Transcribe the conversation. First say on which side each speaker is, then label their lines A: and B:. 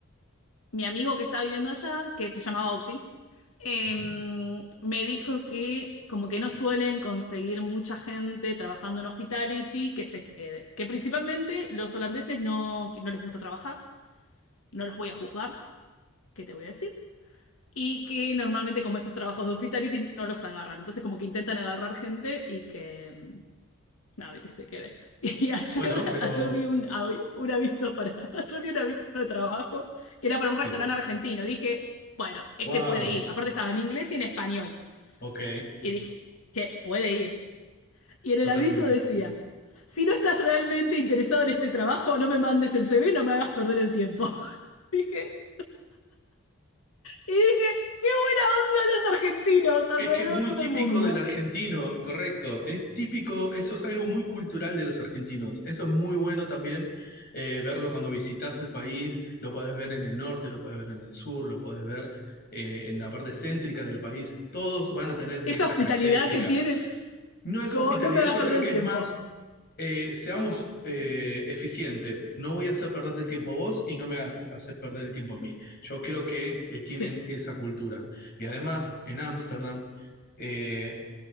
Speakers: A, on the left; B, on the left.
A: mi amigo que está viviendo allá, que se llama Bauti, em,
B: Ujú.
A: me dijo que como que no suelen conseguir mucha gente trabajando en hospitality que se quede. Que principalmente los holandeses no, que no les gusta trabajar, no los voy a juzgar, ¿qué te voy a decir? Y que normalmente como esos trabajos de hospitality no los agarran. Entonces como que intentan agarrar gente y que... em, Nada, que se quede. <laughs> Y ayer,
B: Bueno, pero
A: ayer vi un, avi- un aviso para, <laughs> ayer vi un aviso de trabajo que era para
B: Sí.
A: un restaurante argentino. Y dije, bueno, este
B: Wow.
A: puede ir. Aparte estaba en inglés y en español.
B: Ok.
A: Y dije, que puede ir. Y en
B: Totalmente.
A: el aviso decía, si no estás realmente interesado en este trabajo, no me mandes el CV, no me hagas perder el tiempo. <laughs> Dije, y dije, qué buena onda los argentinos alrededor
B: Es que es muy típico
A: del mundo.
B: del argentino, correcto. Es típico, eso es algo muy cultural de los argentinos. Eso es muy bueno también eh, verlo cuando visitas el país. Lo puedes ver en el norte, lo puedes ver en el sur, lo puedes ver eh, en la parte céntrica del país. Todos van a tener
A: Esa
B: esta
A: hospitalidad
B: característica.
A: que tienen,
B: No es
A: como
B: hospitalidad,
A: no me hagas
B: yo
A: perder
B: creo que
A: el tiempo.
B: es más, eh, seamos eh, eficientes. No voy a hacer perderte el tiempo a vos y no me hagas hacer perder el tiempo a mí. Yo creo que eh, tienen
A: Sí,
B: esa cultura. Y además, en Ámsterdam, eh,